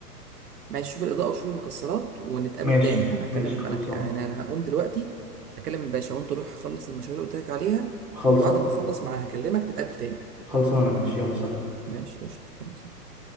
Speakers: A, on the right; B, in the centre.
A: ماشي شوف الإضاءة وشوف المكسرات ونتقابل
B: ماشي
A: تاني يعني انا هكلم
B: ماشي
A: الب...
B: خلصان
A: انا ك- يعني انا هقوم دلوقتي اكلم الباشا وانت روح خلص المشاريع اللي قلت لك عليها
B: خلصان
A: وبعد ما اخلص معاه هكلمك نتقابل تاني
B: خلصانه ماشي يلا سلام
A: ماشي قشطة يلا سلام.